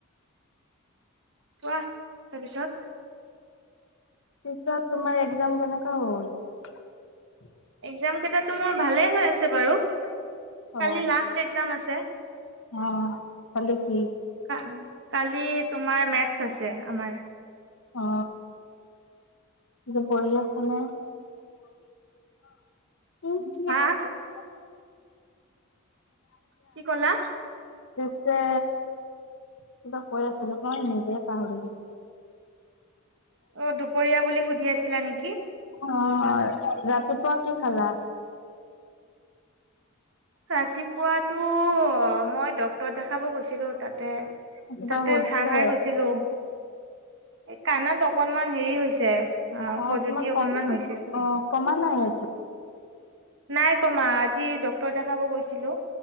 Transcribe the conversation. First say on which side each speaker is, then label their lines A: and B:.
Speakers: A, on the right; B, on the left.
A: কোৱা তাৰপিছত
B: তাৰপিছত তোমাৰ একজাম কেনেকুৱা হ'ল
A: একজাম কেইটাটো মোৰ ভালে হৈ আছে বাৰু
B: অ
A: কালি লাষ্ট একজাম আছে
B: অ কালি কি
A: কা কালি তোমাৰ মেথছ আছে আমাৰ
B: অ এতিয়া পঢ়ি আছা নে <unintelligible>
A: হা কি ক'লা
B: ছে কিবা কৈ আছিলো মই নিজে পাহৰি গলো
A: অ দুপৰীয়া বুলি সুধি আছিলা নেকি
B: অ' ৰাতিপুৱা কি খালা
A: ৰাতিপুৱাতো মই দক ডক্টৰ দেখাব গৈছিলো তাতে
B: কিবা
A: তাতে
B: হৈছে
A: চাহ খাই গৈছিলো এ কানত অকনমান হেৰি হৈছে
B: অ
A: খজুতি
B: তোমাৰ
A: অকনমান
B: কমা,
A: হৈছে
B: কমা নাই এইটো
A: নাই কমা আজি ডক্ট দেখাব গৈছিলো